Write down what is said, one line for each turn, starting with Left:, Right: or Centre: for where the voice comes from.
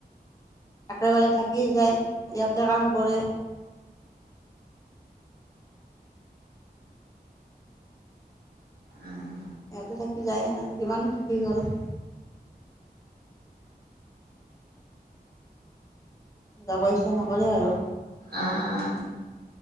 Left: একেবাৰে থাকি যায়। ইয়াতে কাম কৰে
Right: উম
Left: সিহঁতে থাকি যায় সনেথাকান থাকি গ'ল <inaudible> যাব ইচ্ছা নকৰে আৰু।
Right: অঁ' অঁ'